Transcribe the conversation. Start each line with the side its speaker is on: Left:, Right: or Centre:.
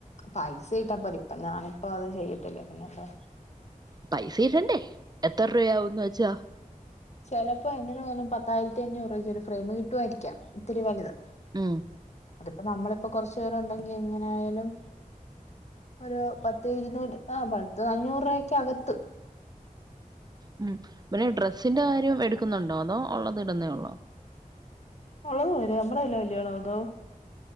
Left: പൈസ ഇട്ടപ്പോരെ ഇപ്പ ഞാനിപ്പ അത് ചെയ്യത്തില്ലേ പിന്നെന്താ
Right: പൈസ ഇടണ്ടെ എത്ര റൂബയാവ്ന്ന് വെച്ച
Left: ചെലപ്പൊ എങ്ങനെ പോയാലും പത്തായിരത്തി അഞ്ഞൂറ് രൂബക്ക് ഒര് ഫ്രെയിമ് കിട്ടുവായിരിക്ക ഇത്തിരി വല്ത്
Right: ഉം
Left: അതിപ്പ നമ്മളിപ്പൊ കൊറച്ച് പേരു ഉണ്ടെങ്കി എങ്ങനെ ആയാലും ഒര പത്ത് ഇരുന്നൂറ് ആഹ് പത്ത് അഞ്ഞൂറ് രൂപക്കകത്ത്
Right: ഉം പിന്നെ ഡ്രസ്സിന്റെ കാര്യം എടുക്കുന്നുണ്ടൊ അതോ ഉള്ളത് ഇടുന്നേ ഉള്ളൊ
Left: ഒള്ളത് പോരെ നമ്മ്ടെ അല്ലെ കല്യാണം അതൊ